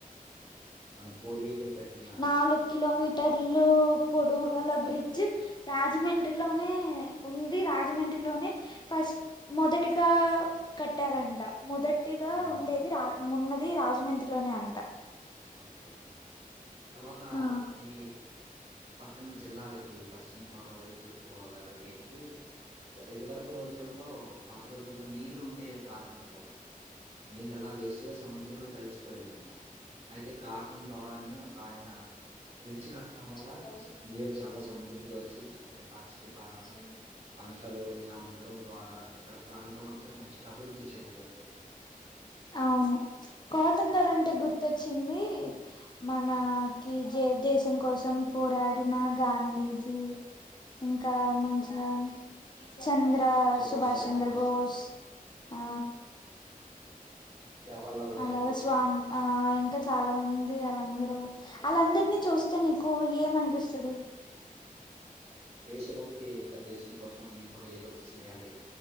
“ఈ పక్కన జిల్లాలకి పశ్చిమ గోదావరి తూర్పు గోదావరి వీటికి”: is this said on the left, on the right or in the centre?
Right